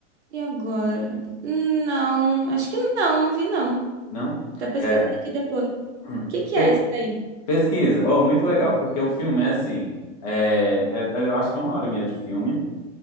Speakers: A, on the right; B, on the left.
A: e agora? Não, acho que não, não vi não.
B: Não?
A: Tá pesquisando
B: É.
A: aqui depois. O
B: hum.
A: que que
B: Pe-
A: é isso aí?
B: pesquisa. Oh, muito legal, porque o filme é assim. é- é- eu acho que é uma hora e meia de filme.